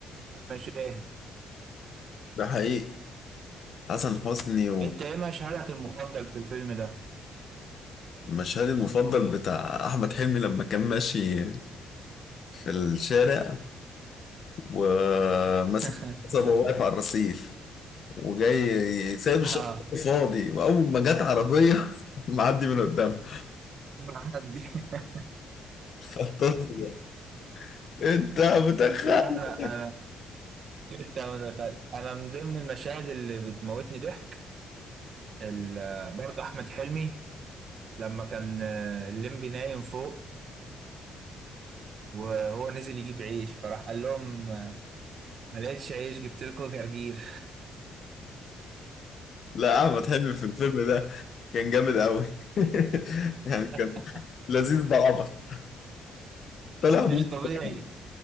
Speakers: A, on the right; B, on the left.
A: المشاهد
B: ده حقيقي حسن حسني
A: انت ايه مشهدك المفضل في الفيلم ده؟
B: ومشهدي المفضل بتاع أحمد حلمي لما كان ماشي في الشارع وماسك
A: <laughs>
B: صبا واقف على الرصيف وجاي سايب الشارع
A: اه
B: فاضي وأول ما جت عربية <laughs> معدي من قدامها
A: مع حد <laughs>
B: فالطفل ده، أنت متخلف
A: لا انا انا انت ما دخلت. انا من ضمن المشاهد اللي بتموتني ضحك ال- برضه احمد حلمي لما كان آه، الليمبي نايم فوق وهو نزل يجيب عيش فراح قال لهم آه، ما لقيتش عيش جبت لكم جرجير
B: لا احمد حلمي في الفيلم ده كان جامد قوي <laughs> يعني كان
A: <laughs>
B: لذيذ ده عبط طلع ابوه
A: مش
B: متكهرب
A: طبيعي